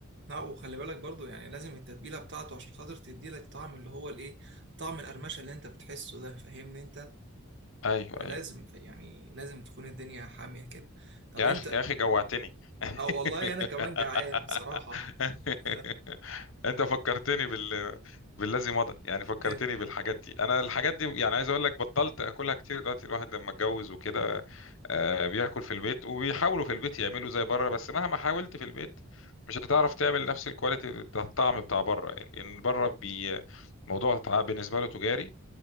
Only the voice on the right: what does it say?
لا وخلي بالك برضو يعني لازم التتبيلة بتاعته عشان خاطر تدي لك طعم اللي هو الايه طعم القرمشة اللي انت بتحسه ده فاهمني انت
فلازم
يعني لازم تكون الدنيا حامية كده طب
انت
اه والله انا كمان جعان بصراحة <laughs>
إن-